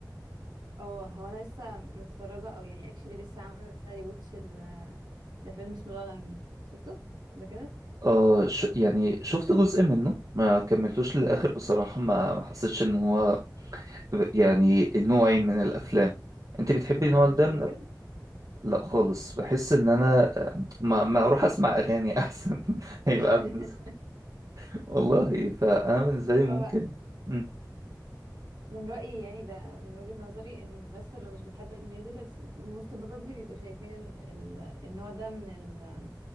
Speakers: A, on the right; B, on the right.
A: اه هو انا لسه متفرجه او يعني اكشلي لسه عامله ريواتش ال- لفيلم اسمه لا لاند شفته ولا كده
B: آه ش... يعني شفت جزء منه ما كملتوش للاخر بصراحه ما ما حسيتش ان هو يعني نوعي من الافلام انت بتحبي
A: مش بتحب
B: النوع ده
A: الميوزيكلز
B: من لا خالص بحس ان انا ما, ما اروح اسمع اغاني احسن <laughs> هيبقى
A: <laughs>
B: بالنسبه والله فانا بالنسبه لي ممكن
A: هو
B: مم.
A: من رأيي يعني ده من وجهة نظري ان الناس اللي مش بتحب الميوزيكلز most probably بيبقوا شايفين ال ال النوع ده من من